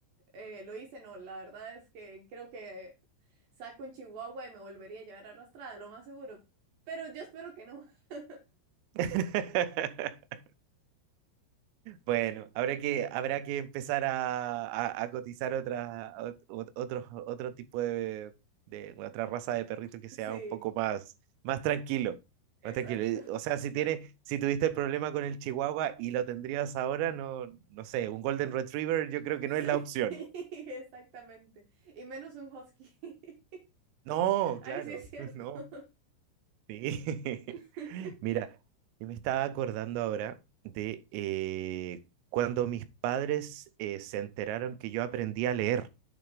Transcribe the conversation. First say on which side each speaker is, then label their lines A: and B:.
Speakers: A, on the right; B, on the right.
A: Eh, lo hice, no, la verdad es que creo que saco un chihuahua y me volvería a llevar arrastrada, lo más seguro. Pero yo espero que no. <laughs>
B: <laughs> Bueno, habrá que, habrá que empezar a, a- a cotizar otra, ot- otro, otro tipo de, de- otra raza de perrito que sea
A: Sí,
B: un poco más, más tranquilo.
A: exacto.
B: Más tranquilo. Y, O sea, si tiene, si tuviste el problema con el Chihuahua y lo tendrías ahora, no, no sé, un Golden Retriever yo creo que no
A: Sí,
B: es la opción.
A: <laughs> exactamente. Y menos un husky. <laughs>
B: No,
A: Ahí
B: claro,
A: sí es cierto.
B: <laughs> no. Sí.
A: <laughs>
B: <laughs> Mira, yo me estaba acordando ahora de eh, cuando mis padres eh, se enteraron que yo aprendí a leer.